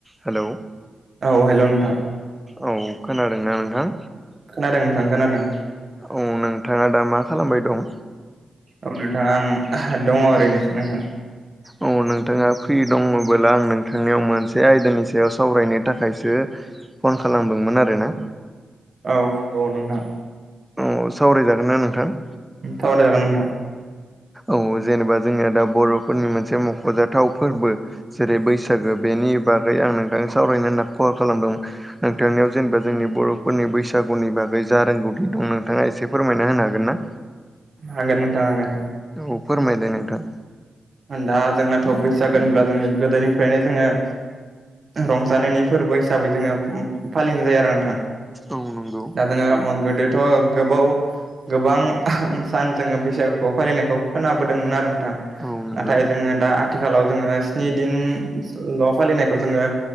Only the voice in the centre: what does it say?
Hello.
औ खोनादोंना नोंथां।
औ नोंथाङा दा मा खालामबाय दं।
औ नोंथाङा फ्रि दङबोला आं नोंथांनियाव मोनसे आयदानि सायाव सावरायनो थाखायसो फन खालामदोंमोन आरोना।
अ सावरायजागोन ना नोंथां।
औ जेनेबा जोंनिया दा बर'फोरनि मोनसे मख'जाथाव फोरबो। जेरै बैसागो बेनि बागै आं नोंथां सावरायनो होनना खहा खालामदोंमोन। नोंथांनियाव जेनेबा जोंनि बर'फोरनि बैसागुनि बागै जा रोंगौथि दं नोंथाङा एसे फोरमायना होनो हागोन ना?
औ फोरमायलाय नोंथां।
औ नंगौ।
औ नंगौ